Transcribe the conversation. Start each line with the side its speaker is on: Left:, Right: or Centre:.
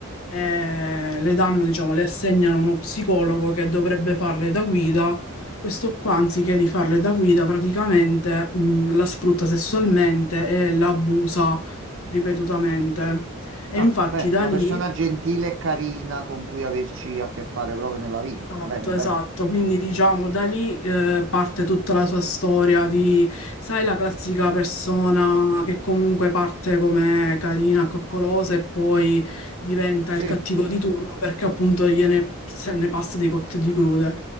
Left: eh, le danno, diciamo, le assegnano uno psicologo che dovrebbe farle da guida. Questo qua, anziché di farle da guida, praticamente mh, la sfrutta sessualmente e la abusa ripetutamente. E
Right: Ah,
Left: infatti
Right: bene,
Left: da
Right: una
Left: lì
Right: persona gentile e carina con cui averci a che fare proprio nella vita.
Left: Esatto,
Right: Bene, bene.
Left: esatto. Quindi diciamo da lì eh, parte tutta la sua storia di, sai, la classica persona che comunque parte come carina, coccolosa e poi diventa
Right: Sì,
Left: il cattivo di turno perché appunto gliene se ne passa di cotte e di crude.